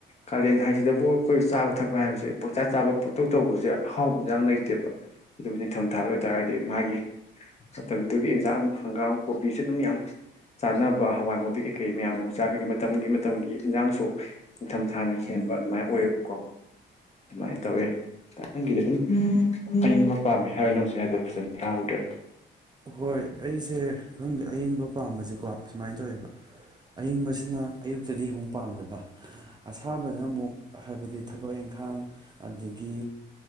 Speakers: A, on the left; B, on the right.
A: ꯀꯥꯂꯦꯟ ꯍꯥꯏꯁꯤꯗꯕꯨ ꯑꯩꯈꯣꯏ ꯆꯥꯕ ꯊꯛꯄ ꯍꯥꯏꯕꯁꯦ ꯄꯪꯆꯥꯠ ꯆꯥꯕ ꯄꯪꯇꯧ ꯇꯧꯕꯁꯦ ꯑꯍꯥꯎ ꯏꯟꯖꯥꯡ ꯂꯩꯇꯦꯕ ꯑꯗꯨꯕꯨ ꯅꯤꯡꯊꯝꯊꯥ ꯑꯣꯏꯇꯥꯔꯒꯗꯤ ꯃꯥꯒꯤ ꯃꯇꯝꯗꯨꯒꯤ ꯌꯦꯟꯖꯥꯡ ꯑꯗꯨꯝ ꯍꯪꯒꯥꯝ ꯀꯣꯕꯤꯁꯦ ꯑꯗꯨꯝ ꯌꯥꯝ ꯆꯥꯅꯕ ꯍꯋꯥꯏ ꯃꯨꯕꯤ ꯀꯩ ꯀꯩ ꯃꯌꯥꯝ ꯌꯥꯝ ꯆꯥꯈꯒꯦ ꯃꯇꯝꯒꯤ ꯃꯇꯝꯒꯤ ꯏꯟꯖꯥꯡꯁꯨ ꯅꯤꯡꯊꯝꯊꯥꯅ ꯍꯦꯟꯕ ꯑꯗꯨꯃꯥꯏꯅ ꯑꯣꯏꯌꯦꯕꯀꯣ ꯑꯗꯨꯃꯥꯏꯅ ꯇꯧꯋꯦꯪꯒꯤꯗꯤ ꯑꯗꯨꯝ ꯑꯕ ꯄꯥꯝꯃꯤ ꯍꯥꯏꯕ ꯅꯨꯡꯁꯦ ꯍꯥꯏꯗ ꯐꯖꯅ ꯇꯥꯍꯧꯗ꯭ꯔꯦ
B: ꯍꯣꯏ ꯑꯩꯁꯦ ꯈꯪꯗꯦ ꯑꯌꯤꯡꯕ ꯄꯥꯝꯕꯁꯦꯀꯣ ꯁꯨꯃꯥꯏꯅ ꯇꯧꯋꯦꯕ ꯑꯏꯤꯡꯕꯁꯤꯅ ꯑꯌꯨꯛꯇꯗꯤ ꯑꯃꯨꯛ ꯄꯥꯝꯗꯕ ꯑꯁꯥꯝꯕꯗꯅ ꯑꯃꯨꯛ ꯍꯥꯏꯕꯗꯤ ꯊꯕꯛ ꯏꯟꯈꯥꯡ ꯑꯗꯒꯤ